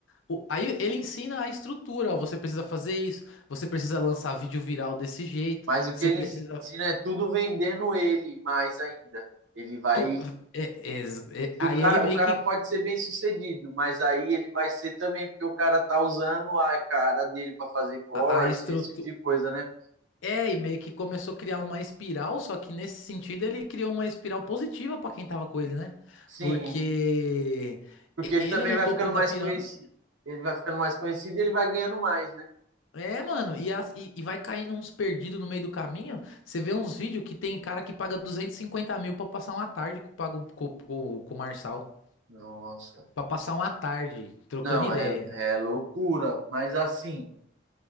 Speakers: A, on the left (about 85°); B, on the right (about 80°).
A: o- aí ele ensina a estrutura. ó, Você precisa fazer isso, você precisa lançar vídeo viral desse jeito,
B: mas o
A: você
B: que ele
A: precisa.
B: ensina é tudo vendendo ele mais ainda. Ele vai.
A: tu- é- é- é-
B: se
A: aí
B: o cara,
A: ele meio
B: o cara
A: que.
B: pode ser bem sucedido, mas aí ele vai ser também, porque o cara tá usando a cara dele para fazer corte,
A: A, a estrutura.
B: esse tipo de coisa, né?
A: É, e meio que começou a criar uma espiral, só que nesse sentido ele criou uma espiral positiva pra quem tava com ele, né?
B: Sim,
A: Porque
B: porque ele
A: ele
B: também
A: no
B: vai
A: topo
B: ficando
A: da
B: mais
A: pirâmide.
B: conhecido. Ele vai ficando mais conhecido e ele vai ganhando mais, né?
A: É, mano, e, as- e- e vai caindo uns perdidos no meio do caminho. Você vê uns vídeos que tem cara que paga 250 mil pra passar uma tarde com, pago- com, com, com o Marçal.
B: Nossa.
A: Pra passar uma tarde trocando
B: Não,
A: ideia.
B: é, é loucura. Mas assim.